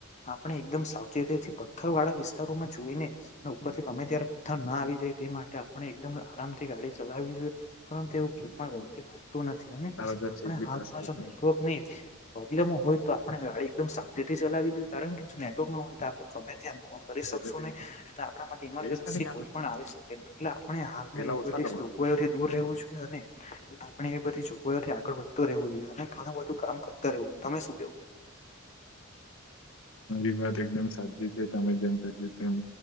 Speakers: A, on the left; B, on the left.
A: આપણે એકદમ સાવચેતીથી પથ્થર વાળા વિસ્તારોમાં જોઈને ઉપરથી ગમે ત્યારે પથ્થર ના આવી જાય તે માટે આપણે એકદમ આરામથી ગાડી ચલાવી જોઈએ. પરંતુ એવું <unintelligible> માનતું નથી અને આપણે
B: તારા દર છે એક બી
A: હાલમાં
B: ટાસ્ક કરે
A: જો નેટવર્ક નઈ બદલેમાં હોય તો આપણે ગાડી એકદમ સાાેથી ચલાવી દીધ કારણ કે જો નેટવર્ક ના હોય તો, આપણે ગમે કરી શકશું
B: એટલે તે
A: નહી, આપણા માટે ઇમરજન્સી
B: ત્રેવીસ તારીખ
A: કોઈ
B: આના ટાસ્ક
A: પણ આવી શકે એટલે આપણે હાલમાં
B: પેલા
A: એવી
B: ઓછા
A: બધી
B: કરવા
A: કોએથી દૂર રહેવું અને આપણે એ બધી જોગવાઈથી આગળ વધતું રેવું જોઈએ અને ઘણું બધું કામ કરતા રેવું. તમે શું કેવું
B: મારી વાત એકદમ સાચી છે, તમે જેમ કર્યું